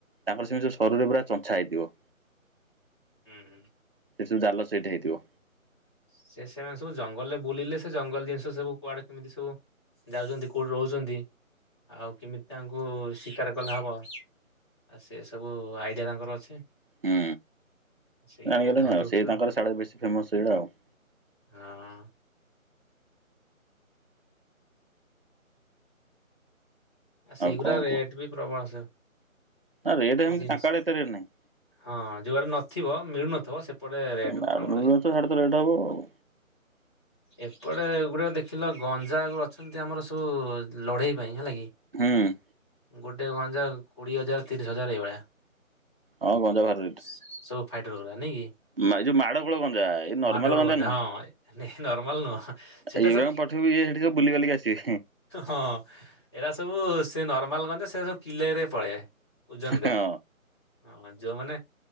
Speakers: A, on the right; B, on the left.
A: ତାଙ୍କର ସେମତି ଯୋଉ ସରୁରେ ପୁରା ଚଞ୍ଛା ହେଇଥିବ।
B: ହୁଁ ହୁଁ
A: ସେ ସବୁ ଜାଲ ସେଟ ହେଇଥିବ।
B: ସେ ସେମାନେ ସବୁ ଜଙ୍ଗଲରେ ବୁଲିଲେ ସେ ଜଙ୍ଗଲ ଜିନିଷ ସବୁ କୁଆଡେ କେମିତି ସବୁ ଯାଉଛନ୍ତି କୋଉଠି ରହୁଛନ୍ତି, ଆଉ କେମିତି ତାଙ୍କୁ ଶିକାର କଲେ ହବ? ଆଉ ସେ ସବୁ ଆଇଡ଼ିଆ ତାଙ୍କର ଅଛି।
A: ହୁଁ
B: ସେଇଥିରେ
A: ଜାଣିଗଲେଣି,
B: ଧରି
A: ଆଉ
B: ଦଉଥିବେ
A: ସେ ତାଙ୍କର ସାଡୁ ବେଶୀ ଫେମସ ସେଇଆ ଆଉ।
B: ହଁ। ଆଉ ସେଇଗୁରା
A: କଣ
B: ରେଟ୍
A: କୁହ।
B: ବି ପ୍ରବଳ।
A: ନା ରେଟ୍
B: ସେ
A: ଏମିତି,
B: ଜିନ୍ସ।
A: ତାଙ୍କ ଆଡେ ଏତେ ରେଟ୍ ନାହିଁ।
B: ହଁ ଯୁଆଡ଼େ ନଥିବ, ମିଳୁନଥିବ ସେପଟେ ରେଟ୍
A: ଭୁବନେଶ୍ୱର
B: ପ୍ରବଳ ହେଇଥିବ।
A: ସାଡେ ରେଟ୍ ହବ ଆଉ।
B: ଏପଟେ ଗୋଟେ ଦେଖିଲ ଗଞ୍ଜା ଅଛନ୍ତି, ଆମର ସବୁ ଲଢ଼େଇ ପାଇଁ ହେଲା କି।
A: ହୁଁ।
B: ଗୋଟେ ଗଞ୍ଜା କୋଡ଼ିଏ ହଜାର, ତିରିଶ ହଜାର ଏଇଭଳିଆ।
A: ହଁ ଗଞ୍ଜା ଭାରି ରେଟ୍।
B: ସବୁ ଫାଇଟର୍ ଗୁରା ନାଇକି,
A: ଏଇ ଯୋଉ ମାଡ ଗୋଳ ଗଞ୍ଜା ଏଇ ନର୍ମାଲ
B: ମାଡ ଗୋଳ ଗଞ୍ଜା
A: ନାହିଁ।
B: ହଁ ନର୍ମାଲ ନୁହଁ ସେଟା
A: ଏଇଗୁରାଙ୍କୁ
B: ସର୍ କି
A: ପଠେଇବୁ ଇଏ ସେଠି ସବୁ ବୁଲି ବାଲିକି ଆସିବେ
B: ହଁ ଏଇଟା ସବୁ ସେ ନର୍ମାଲ ଗଞ୍ଜା, ସେ ସବୁ କିଲେରେ ପଳେଇବେ। ଓଜନରେ।
A: ହଁ
B: ହଁ ଯୋଉମାନେ